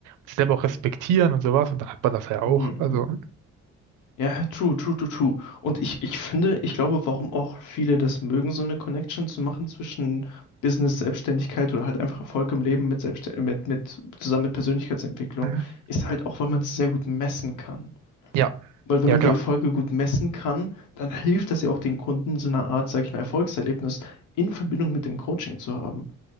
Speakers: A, on the right; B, on the left.
A: sich selber auch respektieren und sowas. Und dann hat man das ja auch.
B: Mhm,
A: Also,
B: mhm. Ja, true, true, true, true. Und ich, ich finde, ich glaube, warum auch viele das mögen, so eine Connection zu machen zwischen Business, Selbstständigkeit oder halt einfach Erfolg im Leben mit Selbstständ mit, mit, zusammen mit Persönlichkeitsentwicklung,
A: <clears throat>
B: ist halt auch, weil man es sehr gut messen kann.
A: ja,
B: Weil wenn
A: ja,
B: man
A: genau.
B: die Erfolge gut messen kann, dann hilft das ja auch den Kunden, so eine Art, sag ich mal, Erfolgserlebnis in Verbindung mit dem Coaching zu haben.